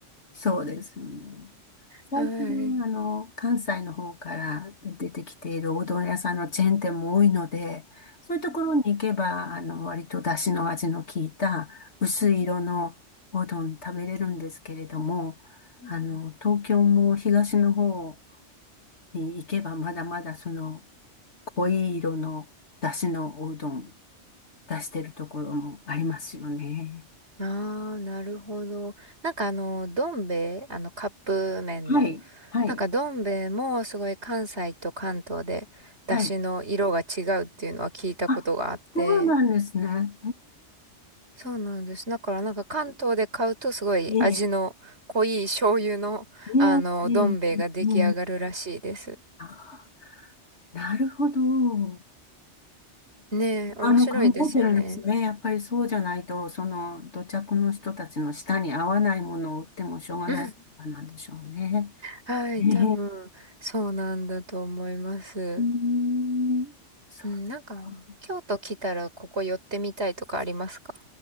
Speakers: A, on the left; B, on the right.
A: そうですよね。
B: <laughs>
A: 最近、
B: はい。う
A: あの、関西の方から出てきているおうどん屋さんのチェーン店も多いので、そういうところに行けば、
B: ん
A: あの、割と出汁の味の効いた薄い色のおうどん食べれるんですけれども、
B: うんうんうん
A: あの、東京も東の方に行けばまだまだその濃い色の出汁のおうどん出してるところもありますよね。
B: ああ、なるほど。なんかあの、どん兵衛、あの、カップ麺の。
A: はい、はい、
B: なんかどん兵衛もすごい関西と関東で出汁の色が違うっていうのは聞いたことがあって、
A: はい。あ、そうなんですね。
B: そうなんです。だからなんか関東で買うとすごい味の濃い醤油のあの、
A: へえうんええ、
B: どん兵衛が出来上がるらしいです。
A: ねえ、うんうんうんあ、なるほど。うん
B: ねえ、面白いですよね。
A: あの、考えてるんですね。やっぱりそうじゃないと、その土着の人たちの舌に合わないものを売ってもしょうがないからなんでしょうね。
B: <laughs> はい、
A: へえ、
B: 多分そうなんだと思います。
A: うん、そ
B: うん、なんか京都来たらここ寄ってみたいとかありますか
A: う。